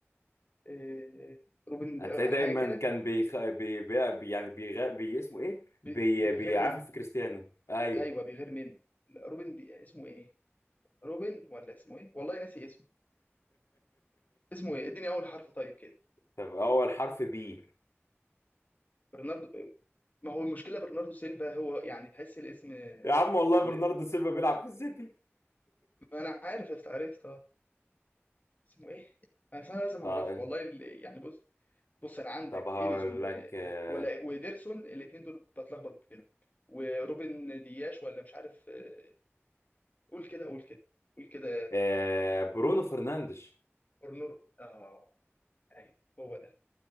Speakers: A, on the left; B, on the left.
A: آه، روبن
B: هتلاقيه
A: آه،
B: دايما
A: حاجه كده
B: كان بيخ... بي... بي... بي... يعني بيغ... بي... اسمه ايه بي...
A: بي- بيغير
B: بيعافر
A: من
B: في كريستيانو ايوه
A: ايوه بيغير منه لا، روبن بي... اسمه ايه روبن ولا اسمه ايه والله ناسي اسمه اسمه ايه اديني اول حرف طيب كده
B: <laughs> طب اول حرف بي
A: برناردو آه، ما هو المشكله برناردو سيلفا هو يعني تحس الاسم آه،
B: يا عم والله برناردو
A: ل-
B: سيلفا بيلعب في السيتي
A: ما انا عارف أفت- عرفت اه اسمه ايه أصل انا لازم
B: طب
A: اعرفه والله ال- يعني بص بص انا عندك
B: طب هقول
A: اليسون و...
B: لك آه...
A: ولا وديرسون الاثنين دول بتلخبط بينهم وروبن دياش ولا مش عارف آه، قول كده قول كده قول كده
B: آه... برونو فرنانديش
A: كورنر اه ايوه هو ده